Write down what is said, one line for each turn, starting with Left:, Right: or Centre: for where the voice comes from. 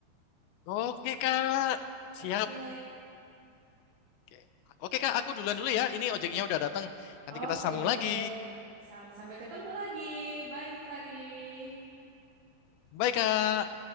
Left: Oke Kak, siap.
Right: Oke.
Left: Oke, Oke Kak, aku duluan dulu ya. Ini ojeknya udah datang. Nanti
Right: Oke,
Left: kita sambung lagi.
Right: Sa- sampai ketemu lagi. Bye, Givari.
Left: Bye Kak.